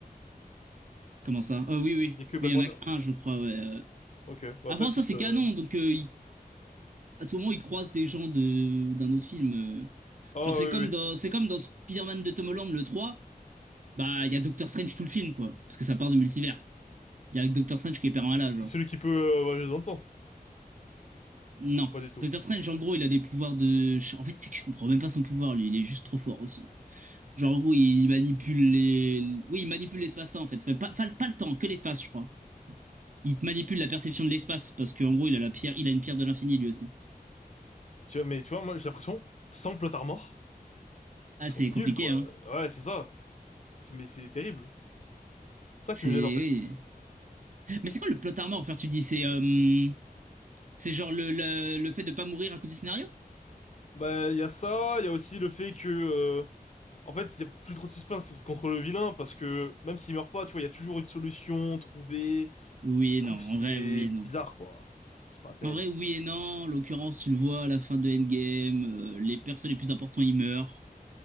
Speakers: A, on the right; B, on the left.
A: comment ça Ah euh, oui, oui,
B: Il y a que Black
A: oui, il y
B: Panther.
A: en a qu'un, je crois. ouais, euh.
B: Ok, bah
A: Après
B: peut-être
A: ça
B: que c'est...
A: c'est
B: euh,
A: canon, donc euh, il- à tout moment ils croisent des gens de d'un autre film. euh.
B: Ah
A: Genre c'est
B: oui,
A: comme
B: oui, oui.
A: dans c'est comme dans Spider-Man de Tom Holland le 3 bah il y a Doctor Strange tout le film quoi, parce que ça part de multivers. Il y a Doctor Strange qui est permanent
B: C'est
A: genre.
B: celui qui peut... euh, voyager dans le temps.
A: Non,
B: Pas du tout.
A: Doctor Strange en gros il a des pouvoirs de. En fait c'est que je comprends même pas son pouvoir lui, il est juste trop fort aussi. Genre, en gros, il manipule les. Oui, il manipule l'espace-temps, en fait. Enfin, pas, pas- pas le temps, que l'espace, je crois. Il manipule la perception de l'espace, parce qu'en gros, il a la pierre, il a une pierre de l'infini, lui aussi.
B: Tu vois, mais tu vois, moi, j'ai l'impression, sans le Plotard mort,
A: Ah,
B: ils sont
A: c'est
B: nuls,
A: compliqué,
B: quoi.
A: hein.
B: Ouais, c'est ça. C'est, mais c'est terrible. C'est ça
A: C'est.
B: qui me gêne, en fait.
A: oui. Mais c'est quoi le plot armor, enfin, tu dis C'est euh, c'est genre le, le, le fait de pas mourir à cause du scénario?
B: Bah, il y a ça, il y a aussi le fait que, euh, en fait, il y a plus trop de suspense contre le vilain, parce que même s'il meurt pas, tu vois, il y a toujours une solution trouvée.
A: Oui
B: Je
A: et
B: trouve
A: non,
B: que c'est
A: en vrai, oui et
B: bizarre,
A: non.
B: quoi. C'est pas terrible.
A: En vrai, oui et non. En l'occurrence, tu le vois à la fin de Endgame, euh, les persos les plus importants, ils meurent.